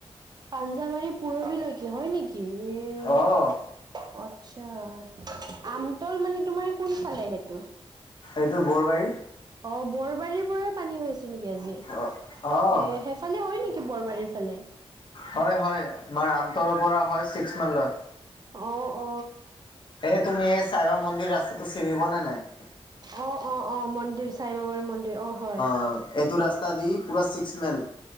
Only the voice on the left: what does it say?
অহ
এইটো বৰবাৰীত
অ অহ
হয় হয় তোমাৰ আমতলৰ পৰা হয় ছিক্স মাইল লৈ
এই তুমি চাইবা মন্দিৰ ৰাস্তাটো চিনি পোৱা নে নাই
অ এইটো ৰাস্তা এটো ৰাস্তাৰ তাদি পূৰা ছিক্স মাইল